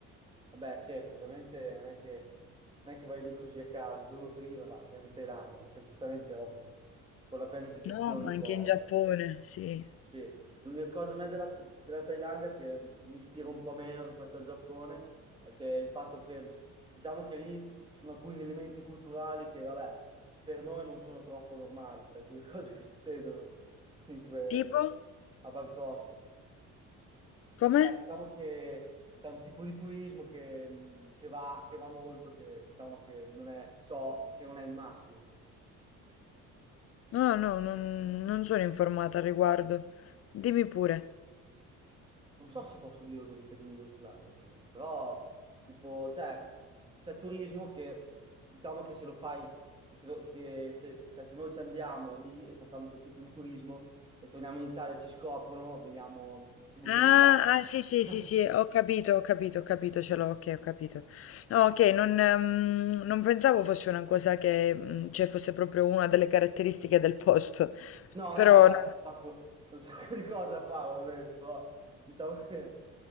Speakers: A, on the right; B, on the left.
A: Vabbè, certo, ovviamente non è che, non è che vai lì così a caso, il giorno prima va, andiamo in Thailandia, cioè giustamente è ovvio, con la pianificazione
B: No, ma
A: un
B: anche
A: po'.
B: in Giappone, sì.
A: Sì, l'unica cosa a me della, della Thailandia che mi ispira un po' meno rispetto al Giappone è che il fatto che, diciamo che lì ci sono alcuni elementi culturali che, vabbè, per noi non sono troppo normali, cioè alcune <laughs> cose che succedono in que-
B: Tipo?
A: a Bangkok.
B: Come?
A: Eh, diciamo che c'è un tipo di turismo che, mh, che va, che va molto, che diciamo che non è, so che non è il massimo.
B: No, no, non non sono informata al riguardo. Dimmi pure.
A: Non so se posso dirlo per i termini di outline, eh, però tipo, cioè, c'è turismo che diciamo che se lo fai, che se, lo- che se- cioè, se noi ci andiamo lì e facciamo quel tipo di turismo e torniamo in Italia, ci scoprono, vediamo, ci buttano
B: Ah,
A: in casa.
B: ah, sì, sì,
A: <laughs>
B: sì, sì, ho capito, ho capito, ho capito, ce l'ho, okay, ho capito. No, okay, non mhmm, non pensavo fosse una cosa che, mhmm, cioè fosse proprio una delle caratteristiche del posto,
A: No,
B: però
A: no, vabbè,
B: no.
A: c'è un sacco, c'è un sacco di cose da fare, ovviamente, però diciamo che